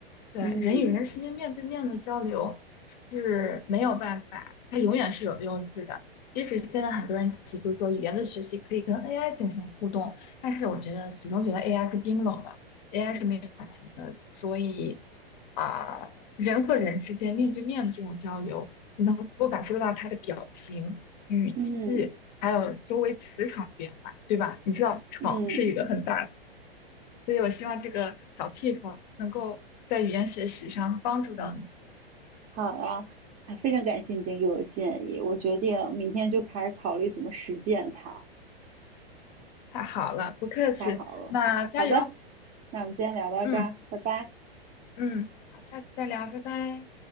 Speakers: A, on the left (about 45°); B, on the right (about 25°).
A: 对，
B: 嗯，
A: 人与人之间面对面的交流是没有办法，它永远是有用处的。即使现在很多人提出说语言的学习可以跟 AI 进行互动，但是我觉得始终觉得 AI 是冰冷的，AI 是没有感情的，所以啊、人和人之间面对面的这种交流，你能够感受到他的表情、语气，
B: 嗯
A: 还有周围磁场的变化，对吧？你知道场是一个很大
B: 嗯，
A: 所以我希望这个小 tip 能够在语言学习上帮助到你。
B: 好呀，啊，非常感谢你今天给我的建议，我决定明天就开始考虑怎么实践它，
A: 太好了，不客气，
B: 太好了。
A: 那加油，
B: 好的，那我们今天聊到这儿，
A: 嗯
B: 拜拜。
A: 嗯，好，下次再聊，拜拜。